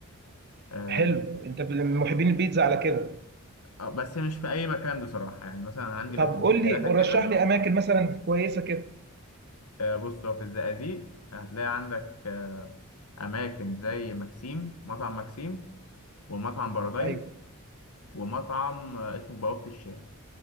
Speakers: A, on the left (about 85°); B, on the right (about 45°).
A: آه
B: حلو انت ب- من محبين البيتزا على كده
A: بس مش في اي مكان بصراحه يعني مثلا عندي مكانين
B: طب قول لي
A: ثلاثه
B: رشح
A: كده
B: لي اماكن مثلا كويسه كده
A: آه، بص هو في الزقازيق هتلاقي عندك آه، أماكن زي مكسيم مطعم مكسيم ومطعم بارادايس
B: ايوه
A: ومطعم آه، اسمه بوابة الشام